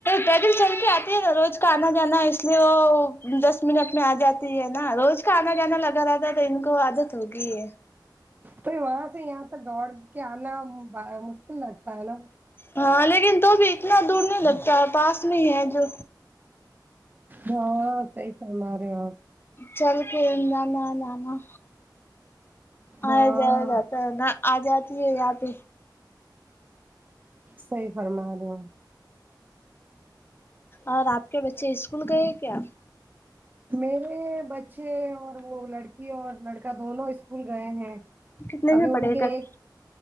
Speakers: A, on the left; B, on the right.
A: پیدل چل کے آتی ہے نا روز کا آنا جانا ہے اس لیے وہ دس منٹ میں آ جات تی ہے نا روز کا انا جانا لگا رہتا ہے تو ان کو عادت ہوگئی ہے
B: تو وہاں سے یہاں تک دوڑ کے آنا مشکل لگتا ہے نا
A: ہاں لیکن تو بھی اتنا دور نہیں لگتا پاس میں ہی ہے جو
B: ہاں صحیح فرما رہے ہو آپ
A: چل کے <unintelligible> نانا
B: ہاں
A: آیا جایا جاتا ہے نہ آ جاتی ہے یہاں پے
B: صحیح فرما رہے ہو
A: اور آپ کے بچے اسکول گئے کیا
B: میرے بچے اور وہ لڑکی اور لڑکا دونوں اسکول گئے ہیں
A: کتنے میں
B: ابھی
A: پڑے
B: ان
A: ہیں
B: کے
A: کک
B: ایک